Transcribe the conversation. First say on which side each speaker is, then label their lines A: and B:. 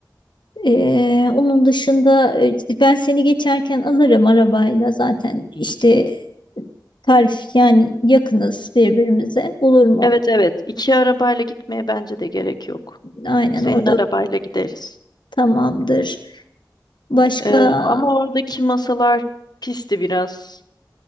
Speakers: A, on the left; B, on the left.
A: E, onun dışında e, ben seni geçerken alırım arabayla zaten işte tarif yani yakınız birbirimize olur mu?
B: Evet evet iki arabayla gitmeye bence de gerek yok.
A: Aynen
B: Senin
A: orada
B: arabayla gideriz.
A: tamamdır. Başka
B: E, ama oradaki masalar pisti biraz.